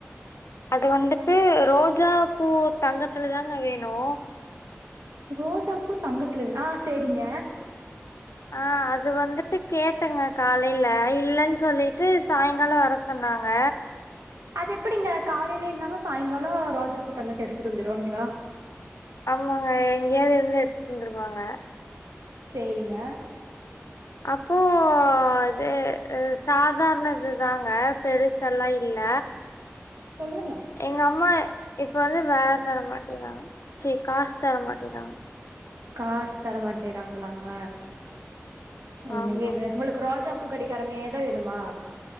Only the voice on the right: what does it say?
ரோஜாப்பூ தங்கத்துலவே ஆ செரிங்க
அது எப்படிங்க காலையிலே இல்லாம சாய்ங்காலொ ரோஜா பூ தங்கத்த எடுத்துட்டு வந்துருவாங்களா
சேரிங்க
சொல்லுங்க
காஸ் தர மாட்டேறாங்களாங்க என்னங்க
இது உங்களுக்கு ரோஜா பூ கெடிகாரமேதா வேணுமா